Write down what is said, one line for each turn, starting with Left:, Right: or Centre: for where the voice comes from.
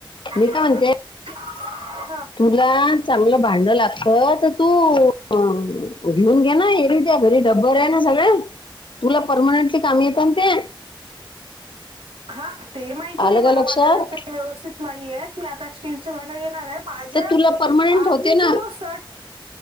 Right: <inaudible>
Left: मी काय म्हणते
Right: हां
Left: तुला चांगलं भांड लागत तर तूं अं घेऊन घे ना येगळी त्या घरी डब्बर आहे ना सगळे तुला पर्मनन्टली काम येतं नां ते.
Right: हां ते माहितीये
Left: आलं
Right: मला
Left: का लक्षात
Right: माझ्याकडे ते व्यवस्थित नाहीयेत मी आता स्टीलचे भांडं घेणार आहेत माझ्या
Left: तर तुला परमनंट
Right: आर्मीचा
Left: होते ना
Right: जो सट